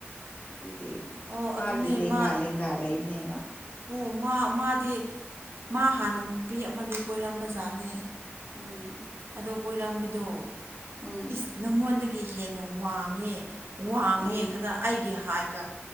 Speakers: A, on the left; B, on the right.
A: ꯑꯗꯨꯗꯤ
B: ꯑꯣ
A: ꯃꯥꯒꯤ
B: ꯑꯗꯨꯅꯦ
A: ꯂꯦꯡꯒꯥ
B: ꯃꯥ
A: ꯂꯦꯡꯒꯥ ꯂꯩꯕꯅꯦꯕ
B: ꯑꯣ ꯃꯥ ꯃꯥꯗꯤ ꯃꯥ ꯍꯥꯟꯅ ꯅꯨꯄꯤ ꯑꯃꯥꯗꯤ ꯀꯣꯏꯔꯝꯕ ꯖꯥꯅꯦ
A: ꯎꯝ
B: ꯑꯗꯣ ꯀꯣꯏꯔꯝꯕꯗꯣ
A: ꯎꯝ
B: ꯏꯁ ꯅꯪꯉꯣꯟꯗꯒꯤ ꯍꯦꯟꯅ ꯋꯥꯡꯉꯦ ꯋꯥꯡꯉꯦ
A: ꯎꯝ
B: ꯈꯇ ꯑꯩꯒꯤ ꯍꯥꯏ ꯀ